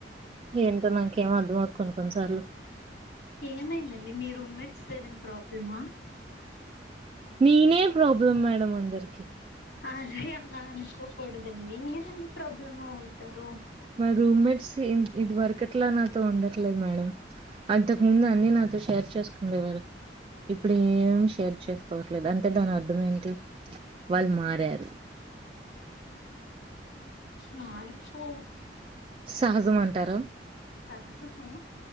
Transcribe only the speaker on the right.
ఏంటో నాకేం అర్థంమవుదు కొను కొన్నిసార్లు
నేనే
ప్రాబ్లం మేడం అందరికి
మా రూమ్మేట్స్ ఇది వరకట్లా నాతో ఉండట్లేదు మేడం అంతకుముందు అన్నిీ నాతో షేర్ చేసుకు ఉండేవారు ఇప్పుడు ఏం షేర్ చేసుకోవట్లేదు అంటే దాని అర్థం ఏంటి, వాళ్ళు మారారు,
సహజం అంటారా